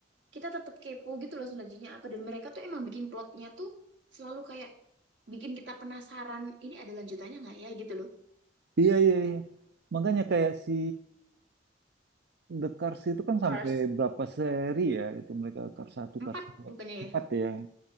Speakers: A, on the right (about 80°); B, on the right (about 60°).
A: kita tetap kepo gitu loh selanjutnya apa. Dan mereka tuh emang bikin plotnya tuh selalu kayak bikin kita penasaran. Ini ada lanjutannya nggak ya gitu loh.
B: Iya, iya, iya. Makanya kayak si The Cars itu kan
A: Cars
B: sampai berapa seri ya itu mereka Cars satu
A: empat
B: Cars 2,
A: bukannya
B: 4
A: ya?
B: ya.